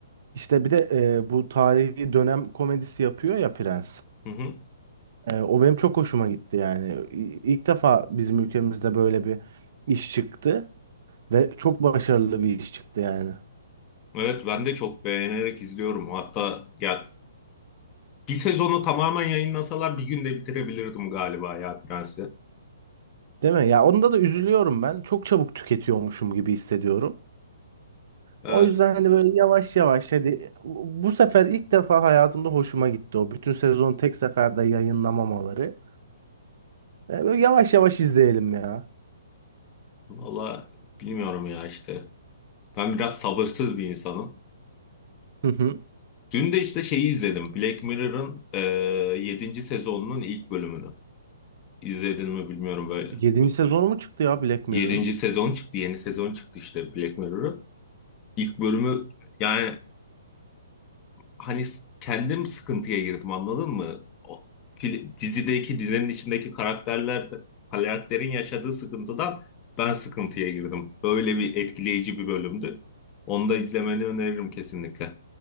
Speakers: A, on the right; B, on the left.
A: İşte bir de e, bu tarihi dönem komedisi yapıyor ya Prens.
B: Hı hı.
A: E, o benim çok hoşuma gitti yani. İ- İlk defa bizim ülkemizde böyle bir iş çıktı ve çok başarılı bir iş çıktı yani.
B: Evet ben de çok beğenerek izliyorum. Hatta ya bir sezonu tamamen yayınlasalar bir günde bitirebilirdim galiba ya Prens'i.
A: Değil mi? Ya onda da üzülüyorum ben. Çok çabuk tüketiyormuşum gibi hissediyorum.
B: Evet.
A: O yüzden hani böyle yavaş yavaş hadi bu bu sefer ilk defa hayatımda hoşuma gitti o. Bütün sezon tek seferde yayınlamamaları. E, böyle yavaş yavaş izleyelim ya.
B: Valla bilmiyorum ya işte. Ben biraz sabırsız bir insanım.
A: Hı hı.
B: Dün de işte şeyi izledim. Black Mirror'ın e, yedinci sezonunun ilk bölümünü. İzledin mi bilmiyorum böyle.
A: 7. sezonu mu çıktı ya Black Mirror'ın?
B: Yedinci sezon çıktı. Yeni sezon çıktı işte Black Mirror'ın. İlk bölümü yani hani s- kendim sıkıntıya girdim anladın mı? O, fil- dizideki dizinin içindeki karakterler de- karakterin yaşadığı sıkıntıdan ben sıkıntıya girdim. Böyle bir etkileyici bir bölümdü. Onu da izlemeni öneririm kesinlikle.